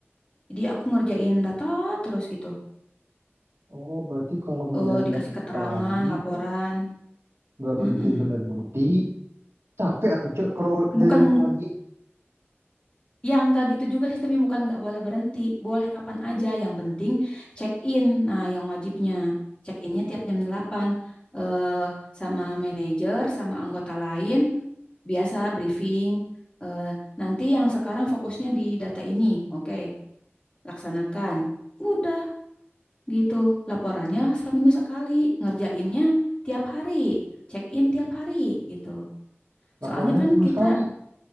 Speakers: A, on the left (about 25°); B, on the right (about 70°).
A: Jadi aku ngerjain data terus gitu.
B: Oh, berarti kalau ngerjain
A: Eh, dikasih
B: dari
A: keterangan,
B: pagi
A: laporan.
B: nggak berhenti
A: Mm-mm.
B: berhenti, capek atuh cek kalau kerja
A: Bukan
B: dari pagi
A: Ya nggak gitu juga sistemnya bukan nggak boleh berhenti, boleh kapan aja yang penting check in. Nah, yang wajibnya check innya tiap jam 8 eh, sama manajer sama anggota lain biasa briefing. eh, nanti yang sekarang fokusnya di data ini, oke, laksanakan. Udah gitu, laporannya seminggu sekali, ngerjainnya tiap hari, check in tiap hari gitu.
B: laporannya
A: Soalnya kan
B: seminggu
A: kita
B: sekali.